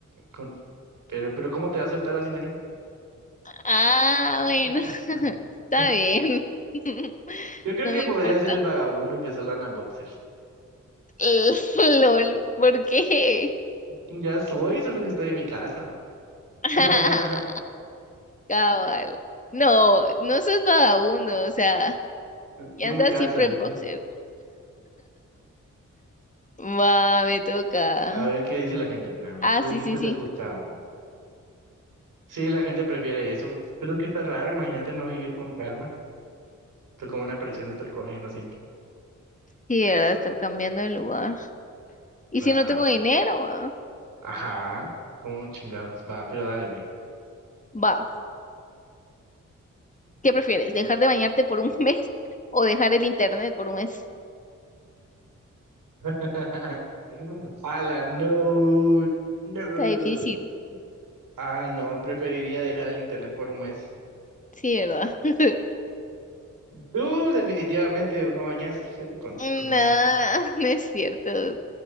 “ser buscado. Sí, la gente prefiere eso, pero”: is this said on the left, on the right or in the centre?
Right